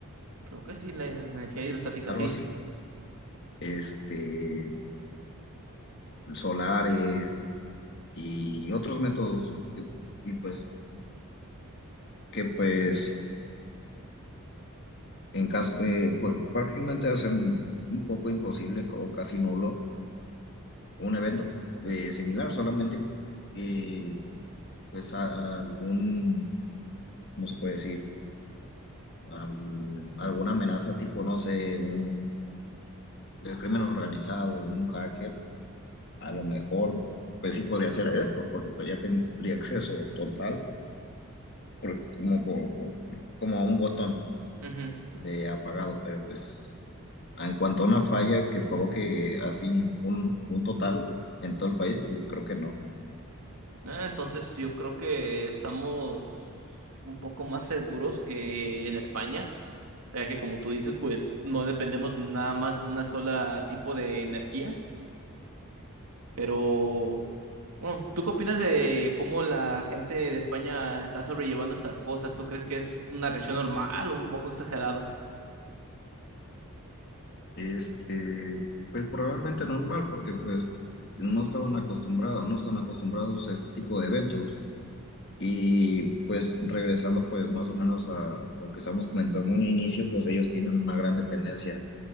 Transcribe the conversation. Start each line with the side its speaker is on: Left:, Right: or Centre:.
Right: Creo que sí, la energía hidrostática,
Left: algo
Right: sí.
Left: así, este, solares y otros métodos que, y pues, que pues en caso, eh, pues, prácticamente hacen un poco imposible o casi nulo un evento eh, similar, solamente que pues a- algún, ¿cómo se puede decir? Am, alguna amenaza tipo, no sé, un el crimen organizado, un hacker a lo mejor, pues sí podría hacer esto, porque pues ya tendría acceso total, por- como, por- como a un botón
Right: Ujú.
Left: de apagado, pero pues en cuanto a una falla que provoque así un, un total en todo el país, pues creo que no.
Right: Ah, Entonces yo creo que estamos un poco más seguros que en España, ya que como tú dices, pues no dependemos nada más de una sola tipo de energía. Pero, bueno, ¿tú qué opinas de cómo la gente de España está sobrellevando estas cosas? ¿Tú crees que es una reacción normal o un poco exagerada?
Left: Este, pues probablemente normal, porque pues no estaban acostumbrados, no están acostumbrados a este tipo de eventos. Y pues regresando pues más o menos a lo que estamos comentando en un inicio, pues ellos tienen una gran dependencia